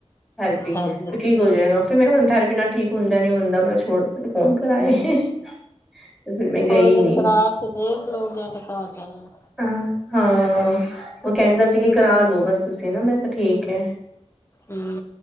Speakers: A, in the centre; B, on the left.
A: ਥੈਰਪੀ
B: ਥੈਰੇਪੀ
A: ਕਿਉਂ ਕਿ ਹੋ ਜਾਏਗਾ ਫਿਰ ਮੈਂ ਤੁੂੰ ਥੈਰੇਪੀ ਨਾਲ ਹੁੰਦਾ ਨ ਹੁੰਦਾ ਮੈਂ ਛੋੜ ਫੋਨ ਕਰਾਏ
B: ਹੂੰ
A: ਤੇ ਫਿਰ ਮੈਂ
B: ਥੋੜੇ
A: ਗਈ
B: ਦਿਨ
A: ਨੀ
B: ਕਰਾ ਕੇ ਦੇਖ ਲੋਓ ਕ ਪਤਾ ਹੋ ਜਾਣਾ।
A: ਹ ਹਾਂ ਉਹ ਕਹਿੰਦੇ ਸੀ ਕਿ ਕਰਾ ਲਓ ਬਸ। ਤੁਸੀਂ ਨਾ ਮੈਂ ਕਿਹਾ ਠੀਕ ਐ।
B: ਹੂੰ।